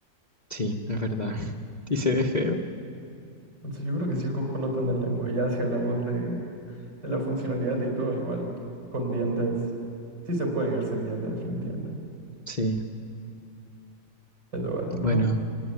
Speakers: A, on the left (about 35°); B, on the right (about 65°).
A: Sí, es verdad. <laughs> Y se ve feo.
B: Entonces yo creo que sí escojo no tener lengua. Ya si hablamos de, de la funcionalidad y todo, igual. Con dientes. Sí se puede vivir sin dientes, definitivamente.
A: Sí.
B: Te toca, te toca.
A: Bueno,